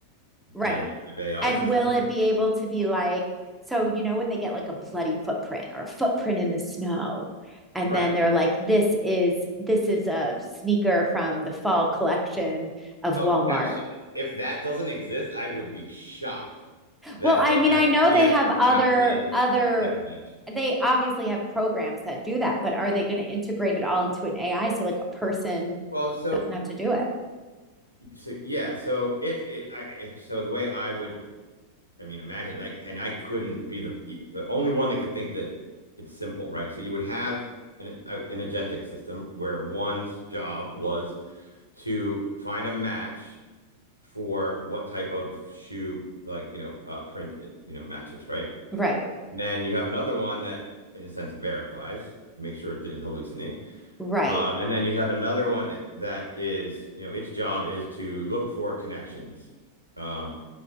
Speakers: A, in the centre; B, on the left.
A: right.
B: you know, AI
A: And
B: system.
A: will it be able to be like, so, you know, when they get like a bloody footprint or a footprint in the snow, and
B: Right.
A: then they're like, this is, this is a sneaker from the fall collection of
B: Oh,
A: Walmart
B: absolutely. If that doesn't exist, I would be shocked that
A: Well, I
B: AI
A: mean, I know
B: can
A: they have
B: extrapolate
A: other other
B: that type of match.
A: they obviously have programs that do that, but are they going to integrate it all into an AI so like a person
B: Well, so
A: doesn't have to do it?
B: So yeah, so if it, I I- so the way I would I mean, imagine like, and I couldn't be the the only one that could think that it's simple, right? So you would have an an agentic system where one's job was to find a match for what type of shoe, like, you know, uh, print it, you know, matches, right?
A: Right.
B: Then you have another one that, in a sense, verifies, make sure it didn't hallucinate.
A: Right.
B: Um, and then you have another one that is, you know, its job is to look for connections. Um,